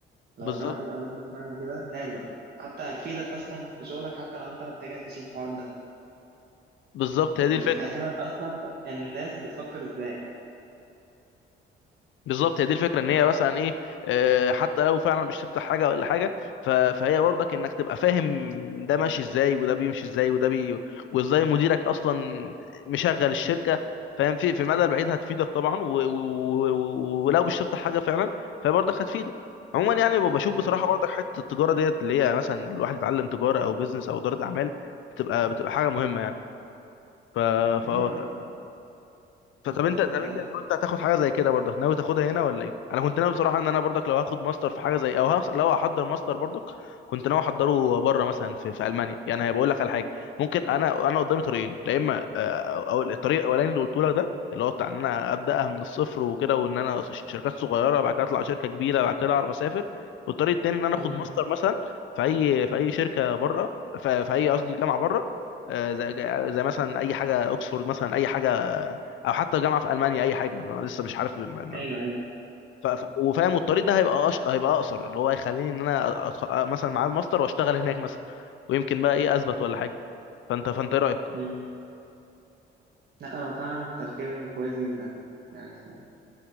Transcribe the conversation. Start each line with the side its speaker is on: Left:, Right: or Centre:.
Right: لو
Left: بالظبط
Right: ناوي تبقى بيزنس مان وكده لازم حتى هتفيدك أصلا في شغلك حتى لو انت ما اتجهتش للحوار ده
Left: بالظبط هي دي الفكره
Right: بتفهمك
Left: ان انت
Right: أصلا الناس بتفكر ازاي
Left: بالظبط هي دي الفكره ان هي مثلا ايه آه، حتى لو فعلا مش تفتح حاجه ولا حاجه ف- فهي برضك انك تبقى فاهم ده ماشي ازاي وده بيمشي ازاي وده بي وازاي مديرك اصلا مشغل الشركه فاهم في في المدى البعيد هتفيدك طبعا و- و- و- ولو مش تفتح حاجه فعلا فبرضك هتفيدك عموما يعني بشوف
Right: م.
Left: بصراحه برضك حته التجاره ديت اللي هي مثلا الواحد يتعلم تجاره او بيزنس او اداره اعمال بتبقى بتبقى حاجه مهمه يعني ف فا
Right: أيوه بالظبط
Left: فطب انت طب
Right: أيوه
Left: انت لو انت هتاخد حاجه زي كده برضك ناوي تاخدها هنا ولا ايه انا كنت ناوي بصراحه ان انا برضك لو هاخد ماستر في حاجه زي او هخ... لو هحضر ماستر برضك كنت ناوي احضره بره مثلا في, في المانيا يعني هيبقول لك على حاجه ممكن انا انا قدامي طريقين يا اما اه، او او الطريق الاولاني اللي قلت لك ده اللي هو بتاع ان انا ابداها من الصفر وكده وان انا ش- شركات صغيره بعد كده اطلع شركه كبيره بعد كده اعرف اسافر والطريق التاني ان انا
Right: م.
Left: اخد ماستر مثلا في اي في اي شركه بره في, في اي قصدي جامعه بره اه، زي زي مثلا اي حاجه اوكسفورد مثلا اي حاجه او حتى جامعه في المانيا اي حاجه انا لسه مش عارف ما ما
Right: أيوه
Left: ما
Right: أيوه
Left: ف... ف... وفاهم والطريق ده هيبقى أش... هيبقى اقصر اللي هو هيخليني ان انا أتخ... مثلا معاه الماستر واشتغل هناك مثلا ويمكن بقى ايه اثبت ولا حاجه فانت فانت ايه رايك
Right: فعلا لا فعلا تفكير كويس جدا يعني